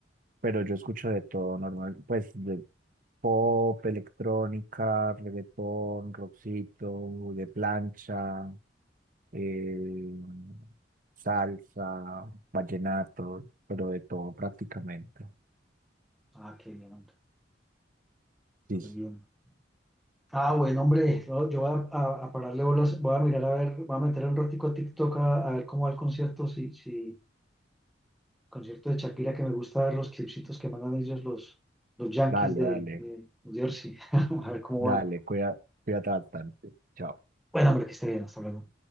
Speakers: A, on the right; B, in the centre.
A: Pero yo escucho de todo normal, pues de pop, electrónica, reggaetón, rockcito, de plancha, eh, salsa, vallenato, pero de todo prácticamente.
B: Ah, qué bien, hombre.
A: Sí,
B: Qué bien. Ah, bueno, hombre. no, yo voy a, a- a pararle bolas. Voy a mirar a ver, voy a meter un ratico a TikTok a, a ver cómo va el concierto. Si, si, concierto de Shakira, que me gusta ver los clipsitos que mandan ellos los, los Yankees
A: dale,
B: de,
A: dale,
B: de New Jersey. <laughs> A ver cómo
A: dale,
B: van.
A: cuida, cuídate bastante. Chao.
B: Bueno, hombre, que esté bien, hasta luego.